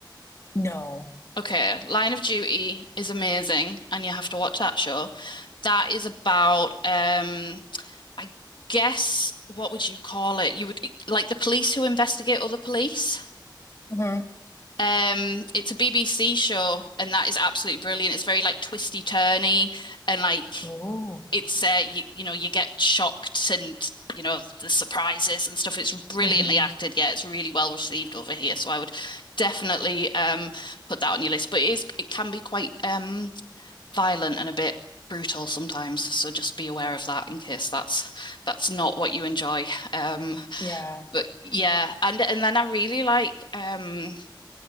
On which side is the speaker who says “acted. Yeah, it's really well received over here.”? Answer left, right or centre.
Left